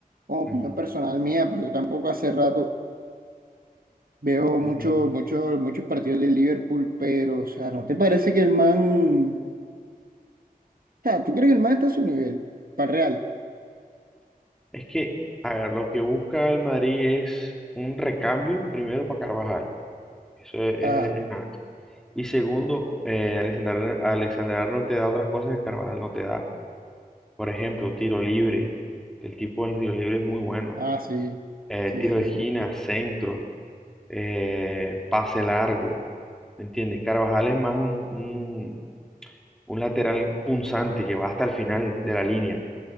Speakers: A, on the right; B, in the centre.
A: Opinión
B: Ujú,
A: personal mía, porque tampoco hace rato veo
B: ujú.
A: mucho, mucho, muchos partidos del Liverpool, pero, o sea, ¿no te parece que el man... O sea, ¿tú crees que el man está a su nivel? Para real.
B: Es que, a ver, lo que busca el Madrid es un recambio, primero para Carvajal. Eso es, es-
A: Ah,
B: es nato. Y segundo, eh, Alexander, Alexander Arnold te da otras cosas que Carvajal no te da. Por ejemplo, tiro libre. El tipo en los tiros libres es muy bueno.
A: ah, sí.
B: Eh,
A: Sí,
B: tiro
A: sí,
B: de esquina,
A: sí.
B: centro, eh, pase largo. ¿Me entiendes? Carvajal es más un, un- un lateral punzante que va hasta el final de la línea.